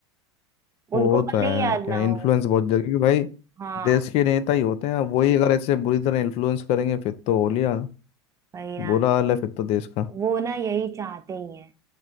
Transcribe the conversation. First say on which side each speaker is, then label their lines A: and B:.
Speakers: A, on the left; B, on the right.
A: वो
B: उनको भले
A: तो है
B: ही याद
A: क्या
B: ना
A: इन्फ्लुएंस
B: हो
A: बहुत जगह क्योंकि भाई
B: हाँ
A: देश के नेता ही होते हैं अब वही अगर ऐसे बुरी तरह इन्फ्लुएंस करेंगे फिर तो हो लिया
B: वही ना
A: बुरा हाल है फिर तो देश का
B: वो ना यही चाहते ही हैं